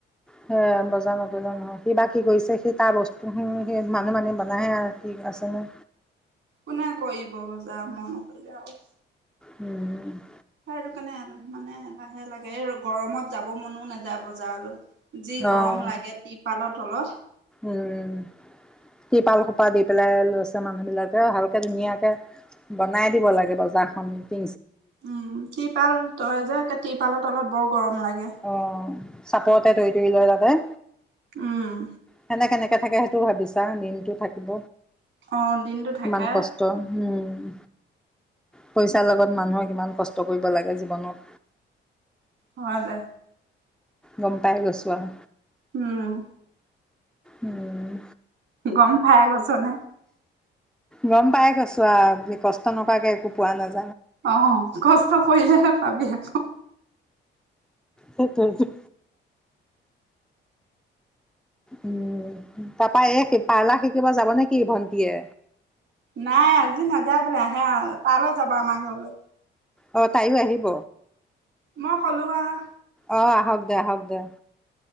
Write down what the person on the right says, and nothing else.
কোনে কৰিব বজাৰ মই নকৰিলে আৰু।
হেইটোকাৰণে মানে এলাহে লাগে, এই গৰমত যাব মনও নাযায় বজাৰলৈ। যি
গৰম লাগে তিৰপালত তলত।
উম', টিৰপাল তই যে', টিৰপালৰ তলত বৰ গৰম লাগে
উম।
অ দিনটো থাকে
হয় দে
উম।
গম পাই গৈছোঁ। নে।
অ', কষ্ট কৰিলেহে ভাবি আছো।
নাই আজি নাযায় বোলে আহে তালৈ যাবা আমাৰ ঘৰলৈ।
মই কলো আহ',